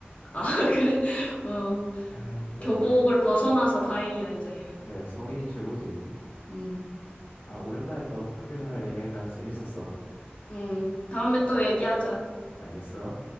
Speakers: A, on the left; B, on the left.
A: 아, <laughs> 그래. 어,
B: 아, 또
A: 교복을
B: 오래.
A: 벗어나서
B: 음.
A: 다행이야, 이제.
B: 그래, 성인이 최고지.
A: 음,
B: 아, 오랜만에 또 학교 생활 얘기하니까 재밌었어.
A: 음, 다음에 또 얘기하자.
B: 알겠어.